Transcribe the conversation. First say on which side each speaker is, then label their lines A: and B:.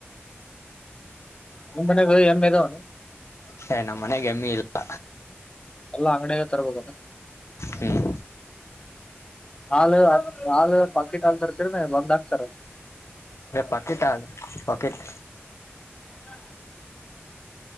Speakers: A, on the left; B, on the left.
A: ನಮ್ಮ ಮನೆ ಎಮ್ಮೆ ಅದಾವ
B: ಹ ನಮ್ಮ್ ಮನೆಗೆ ಎಮ್ಮಿ ಇಲ್ಲ
A: ಎಲ್ಲಾ ಅಂಗಡಿಯಾಗ ತರ್ಬೇಕಾನ
B: ಹ್ಮ್
A: ಹಾಲ್ ನಾಲ್ ಪಕ್ಕಿಟ್ ಹಾಲ್ ತರ್ತರ ಬಂದ್ ಆಕ್ತಾರ
B: ಪಕೆಟ್ ಹಾಲು ಪಕೆಟ್
A: ಹಾ